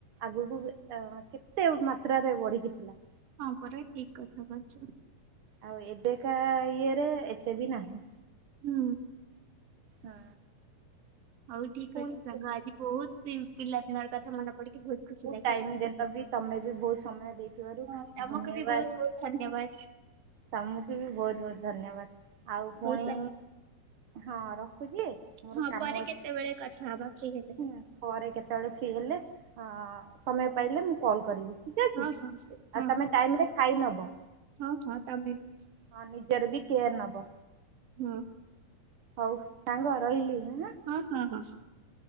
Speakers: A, on the right (about 80°); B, on the right (about 50°).
A: ଆଗକୁ କେତେ ମାତ୍ରାରେ ବଢିକି ଥିଲା।
B: ହଁ ପରେ ଠିକ୍ କଥା କହିଛ।
A: ଆଉ ଏବେକା ଇଏରେ ଏତେ ବି ନାହିଁ।
B: ହଁ।
A: ହଁ।
B: ହୋଉ ଠିକ୍
A: ପୁଣି
B: ଅଛି ସାଙ୍ଗ
A: କେବେ
B: ଆଜି ବହୁତ ପିଲାଦିନର କ ମନେ ପଡିକି ବହୁତ ଖୁସି ଲାଗିଲା
A: ଟାଇମ୍ ଦେଲ ବି ତମେ ବି ବହୁତ ସମୟ ଦେଇଥିବାରୁ
B: ହଁ ଆମକୁ
A: ଧନ୍ୟବାଦ।
B: ବି ବହୁତ ଧନ୍ୟବାଦ।
A: ତମକୁ ବି ବହୁତ ବହୁତ ଧନ୍ୟବାଦ ଆଉ ପୁଣି
B: ହଉ ସାଙ୍ଗ
A: ହଁ ରଖୁଛି। ମୋର
B: ହଁ
A: କାମ
B: ପରେ
A: ଅଛି।
B: କେତେବେଳେ କଥା ହବା ଫ୍ରୀ ହେଲେ।
A: ହୁଁ ପରେ କେତେବେଳେ ଫ୍ରି ହେଲେ ହଁ ସମୟ ପାଇଲେ ମୁଁ କଲ୍ କରିବି। ଠିକ୍ ଅଛି
B: ହଁ ହଁ ସେ
A: ଆଉ
B: ହଁ
A: ତମେ ଟାଇମ୍ ରେ ଖାଇନବ।
B: ହଁ ହଁ ତମେ ବି।
A: ହଁ ନିଜର ବି କେୟାର ନବ
B: ହଁ
A: ହଉ ସାଙ୍ଗ ରହିଲି ହାଁ।
B: ହଁ ହଁ ହଁ।